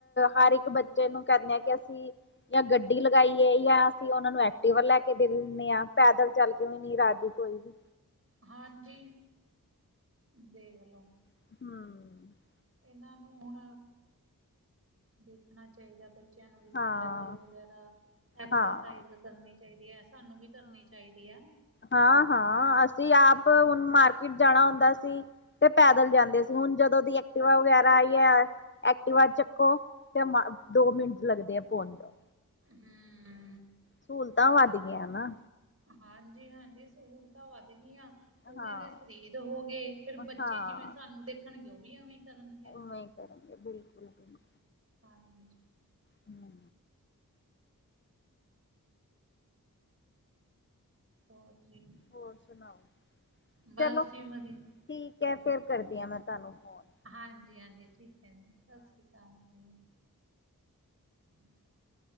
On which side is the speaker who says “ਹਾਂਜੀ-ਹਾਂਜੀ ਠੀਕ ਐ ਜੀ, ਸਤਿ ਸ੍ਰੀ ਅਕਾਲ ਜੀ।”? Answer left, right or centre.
Right